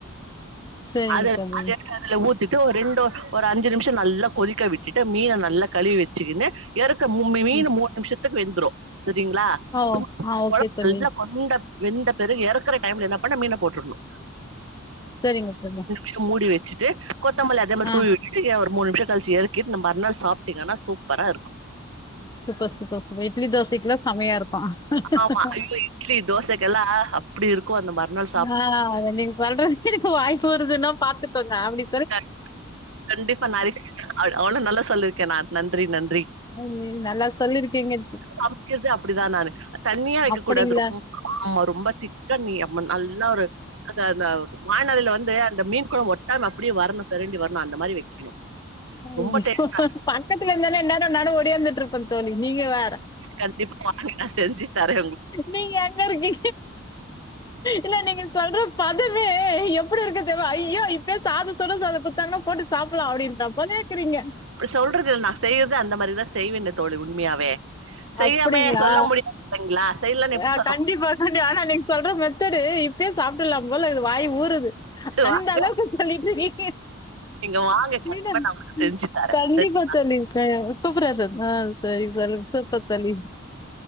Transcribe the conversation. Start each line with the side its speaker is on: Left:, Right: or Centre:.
Left: சரிங்க
Right: அத
Left: தோழி.
Right: அத எடுக்க அதுல ஊத்திட்டு ஒரு ரெண்டு ஒரு அஞ்சு நிமிஷோ நல்லா கொதிக்க விட்டுட்டு மீன நல்லா கழுவி வச்சுக்கின்னு எறக்க மூ மீனு
Left: ம்.
Right: மூணு நிமிஷத்துக்கு வெந்துரரு சரிங்ளா <inaudible>
Left: ஓ! ஆ ஓகே
Right: கொழம்பு
Left: தோழி.
Right: நல்லா கொன்ட வெந்த பெறகு இறக்குற டைம்ல என்ன பண்ணு மீன போட்டுருணு
Left: சேரிங்க தோழி
Right: சோ மூடி வச்சிட்டு கொத்தமல்லி அதேமாரி
Left: ஆ
Right: தூவி விட்டுட் ட ஒரு மூணு நிம்ஷோ கழுச்சு எறக்கி நம் மறுநாள் சாப்பிட்டீங்கன்னா சூப்பரா இருக்கு
Left: சூப்பர் சூப்பர் சூப்பர் இட்லி தோசைக்கெல்லா செமையா இருக்கு
Right: ஆமா ஐயோ இட்லி தோசைக்கெல்லா அப்டி இருக்கு அந்த மறுநாள் சாப்
Left: ஆ ஆ நீங்க சொல்றது எனக்கு வாய் ஊருதுன்னா பாத்துக்கோங்க அப்டி
Right: கண் கண்டிப்பா நா அவ்ளோ நல்லா சொல்லிருக்கேனா நன்றி நன்றி <inaudible>
Left: ம், நல்லா சொல்லியிருக்கீங்க.
Right: சமைக்கறது அப்டிதா நானு தண்ணியா வைக்க
Left: அப்படிங்களா?
Right: கூடாது ரொம்ப ஆமா ரொம்ப திக்கா நீ அம்ம நல்லா ஒரு அ அந்த வாணல்ல வந்து அந்த மீன் குழம்பு ஒட்டாம அப்பிடியே வரணு பெரண்டு வரணு அந்த மாரி வைக்கணு
Left: அய்யோ
Right: ரொம்ப டேஸ்டா இருக்கு
Left: பக்கத்துல இருந்தனா இந்நாரோ அன்னாடு ஓடியாந்துட்டு இருப்ப தோழி நீங்க வேற
Right: கண்டிப்ப வாங்க நா செஞ்சுத்தர
Left: நீங்க எங்க இருக்கீ இல்ல நீங்க சொல்ற பதவே எப்புடி இருக்கு தெரிமா ஐய்யோ இப்பயே சாதோ சுடு சாதோ குத் தாங்கனா போட்டு சாப்பல்லா அப்டின்றாப்பதேக்குறீங்க
Right: சொல்றதில்ல நா செய்றதே அந்த மாரிதா செய்வனே தோழி உண்மையாவே செய்யாமயே
Left: அப்படிங்களா?
Right: சொல்ல முடியாதுங்களா செய்லன் எப்டி
Left: அ
Right: சொல்
Left: கண்டிப்பா கண்டிப்பா ஆனா நெ சொல்ற மெத்தடு இப்பயே சாப்ட்டட்லா போல இக்குது வாய் ஊறுது அந்த
Right: வாங்க
Left: அளவுக்கு சொல்லீட்ருக்கீங்க
Right: நீங்க வாங்க கண்டிப்பா
Left: மீனம்
Right: நா உங்களுக்கு செஞ்சு தரே
Left: கண்டிப்பா
Right: செஞ்
Left: தோழி அ கூப்பட்றார் பாரு ஆ செரி சொல்லுங் சூப்பர் தோழி